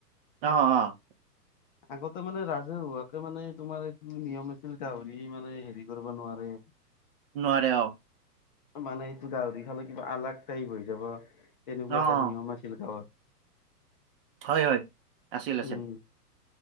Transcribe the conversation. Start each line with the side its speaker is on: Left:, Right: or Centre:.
Right: অঁ'অঁ'
Left: আগতে মানে ৰাজহুৱাকে মানে তোমাৰ এই নিয়ম আছিল গাহৰি মানে হেৰি কৰিব নোৱাৰে?
Right: নোৱাৰে অ'!
Left: মানে এইটো গাহৰি খালে কিবা আলাগ টাইপ হৈ যাবা তেনেকুৱা
Right: অ', অ'।
Left: এটা নিয়ম আছিল গাঁৱত।
Right: হয় হয়, আছিল, আছিল।
Left: উম